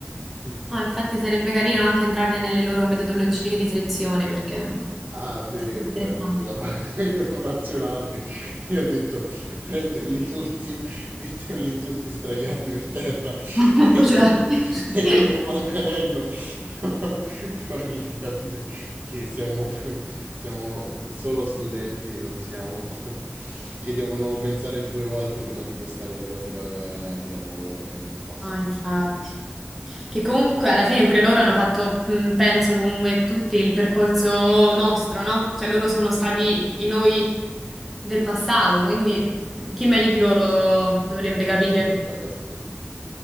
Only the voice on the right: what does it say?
<laughs>
Ah, te
guardi
più la parte <laughs> io sono razionale. Io ho detto prenderli tutti, metterli tutti straiati per terra
<laughs>
e,
e con un manganello <laughs> fargli capire che siamo, siamo solo studenti, non siamo <laughs> che devono pensare due volte prima di postare le cose la- di lavoro e non possono
postare.
E noi
del
passato.
Per-
perché tu cosa studi?